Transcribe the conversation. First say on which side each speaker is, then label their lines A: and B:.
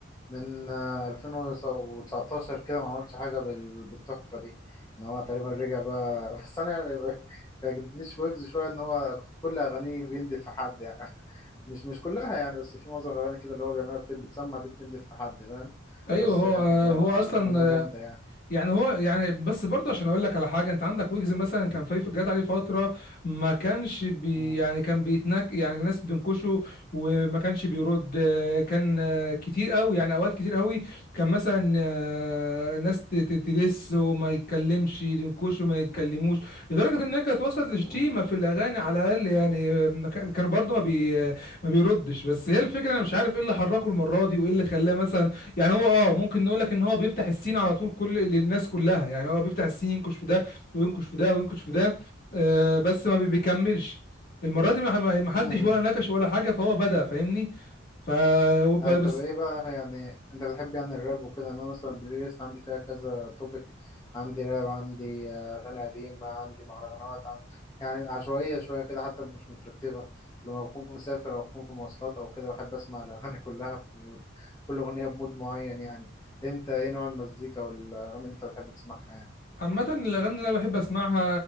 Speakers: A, on the left; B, on the left.
A: من آه، 2019 كده ما عملش حاجة بال- بالتحفة دي يعني هو تقريبا رجع بقى <laughs> بس أنا يعني ما بيعجبنيش في ويجز شوية إن هو كل أغانيه بيندف في حد يعني <laughs> مش مش كلها يعني بس في معظم الأغاني كده اللي هو بيعملها بت- بتسمع دي بتندف في حد فاهم
B: أيوه
A: بس
B: هو
A: يعني جا-
B: هو أصلا
A: أغنية جامدة يعني
B: يعني هو يعني بس برضه عشان اقول لك على حاجه انت عندك ويجز مثلا كان في جات عليه فتره ما كانش بي
A: مم.
B: يعني كان بيتنك يعني الناس بتنكشه وما كانش بيرد آه، كان آه، كتير قوي يعني اوقات كتير قوي كان مثلا آه، ناس ت- ت- تدس وما يتكلمش ينكشه ما يتكلموش لدرجه انها كانت وصلت لشتيمه
A: مم.
B: في الاغاني على الاقل يعني آه، ما كان كان برضه ما بي ما بيردش بس هي الفكره انا مش عارف ايه اللي حركه المره دي وايه اللي خلاه مثلا يعني هو اه ممكن نقول لك ان هو بيفتح السين على طول كل للناس كلها يعني هو بيفتح السين ينكش في ده وينكش في ده وينكش في ده آه بس ما بي- بيكملش المره دي ما ما- ما حدش
A: مم.
B: ولا نكش ولا حاجه فهو بدأ فاهمني ف وب-
A: اه
B: بس
A: طب ايه بقى يعني انت بتحب يعني الراب وكده يعني انا مثلا البلاي ليست عندي فيها كذا توبيك عندي راب عندي آه، اغاني قديمه عندي مهرجانات عن... يعني عشوائيه شويه كده حتى مش مترتبه لما بكون مسافر او بكون في مواصلات او كده بحب اسمع الاغاني <laughs> كلها في كل اغنيه بمود معين يعني انت ايه نوع المزيكا والاغاني اللي انت بتحب تسمعها يعني
B: عامة الأغاني اللي أنا بحب أسمعها